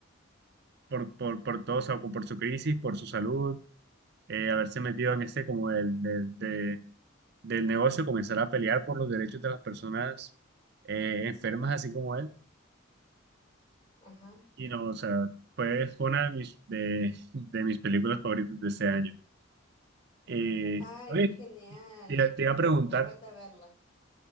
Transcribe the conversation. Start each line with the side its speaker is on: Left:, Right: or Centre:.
Right: por, por, por todo, o sea, por su crisis, por su salud, eh, haberse metido en este como el del de- del negocio, comenzar a pelear por los derechos de las personas eh, enfermas, así como él.
Left: Ajá.
Right: Y no, o sea, fue, fue una de mis, de, de mis películas favoritas de ese año. Eh,
Left: Ay,
Right: oye,
Left: qué genial.
Right: te, te iba a preguntar,
Left: Me falta verla.